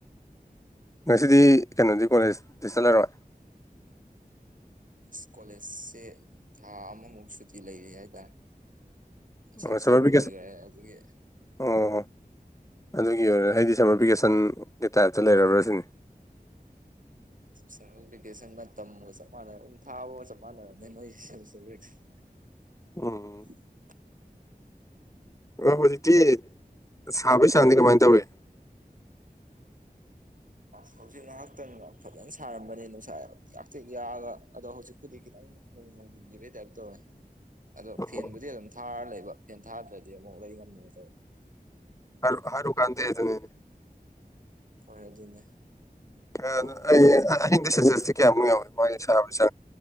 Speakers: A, on the left; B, on the right.
A: ꯉꯁꯤꯗꯤ ꯀꯩꯅꯣꯗꯤ ꯀꯣꯂꯦꯖꯇꯤ ꯆꯠꯂꯔꯣꯏ
B: ꯑꯁ ꯀꯣꯂꯦꯖꯁꯦ ꯊꯥ ꯑꯃꯃꯨꯛ ꯁꯨꯇꯤ ꯂꯩꯔꯤ ꯍꯥꯏꯇꯥꯔꯦ ꯁꯦꯃꯤꯁꯇꯔ
A: ꯑꯣ ꯁꯃꯔ
B: ꯑꯃ
A: ꯚꯦꯀꯦꯁꯟ
B: ꯂꯣꯏꯈ꯭ꯔꯦ ꯑꯗꯨꯒꯤ
A: ꯑꯣ ꯑꯣ ꯑꯗꯨꯒꯤ ꯑꯣꯏꯔꯦ ꯑꯩꯗꯤ ꯁꯝꯃꯔ ꯚꯦꯀꯦꯁꯟꯒꯤ ꯇꯥꯏꯞꯇ ꯂꯩꯔꯕ꯭ꯔꯥ ꯁꯤꯅꯤ
B: ꯁꯝꯃꯔ ꯚꯦꯀꯦꯁꯟ ꯃꯇꯝꯒ ꯆꯞ ꯃꯥꯟꯅ ꯑꯗꯨꯝ ꯊꯥꯕꯒ ꯆꯞ ꯃꯥꯟꯅꯔꯕꯅꯦ ꯃꯣꯏꯒꯤ ꯁꯦꯃꯤꯁꯇꯔ ꯋꯤꯛ__
A: <inaudible>
B: <unintelligible>
A: ꯎꯝ ꯑꯣ ꯍꯧꯖꯤꯛꯇꯤ ꯁꯥꯕꯩ ꯆꯥꯡꯗꯤ ꯀꯃꯥꯏ ꯇꯧꯔꯤ
B: ꯑꯁ ꯍꯧꯖꯤꯛ ꯉꯥꯏꯍꯥꯛꯇꯪ ꯐꯖꯅ ꯁꯥꯔꯝꯕꯅꯦ ꯅꯨꯡꯁꯥꯏꯕ ꯌꯥꯝꯇ꯭ꯔꯤꯛ ꯌꯥꯛꯑꯒ ꯑꯗꯣ ꯍꯧꯖꯤꯛꯄꯨꯗꯤ ꯈꯤꯇꯪ ꯅꯣꯡ ꯃꯪꯖꯤꯟꯒꯤ ꯕꯩ ꯇꯥꯏꯞ ꯇꯧꯋꯦ ꯑꯗꯣ
A: ꯑꯣ
B: ꯐꯦꯟꯕꯨꯗꯤ ꯑꯗꯨꯝ ꯊꯥꯔ ꯂꯩꯕ ꯐꯦꯟ ꯊꯥꯗ꯭ꯔꯗꯤ ꯑꯃꯨꯛ ꯂꯩ ꯉꯝꯅꯗꯕ
A: ꯍꯥꯔꯨꯛ ꯍꯥꯔꯨꯀꯥꯟꯗꯦꯗꯨ ꯅꯤꯅꯦ
B: ꯍꯣꯏ ꯑꯗꯨꯅꯦ
A: ꯑꯌ
B: ꯑꯗꯨꯝ
A: ꯅ ꯑꯩ ꯑ ꯑꯍꯤꯡꯗ ꯁꯦꯜꯁꯤꯌꯁꯇꯤ ꯌꯥꯃꯨꯛ ꯌꯥꯎꯋꯤ ꯃꯥꯒꯤ <unintelligible> ꯁꯦ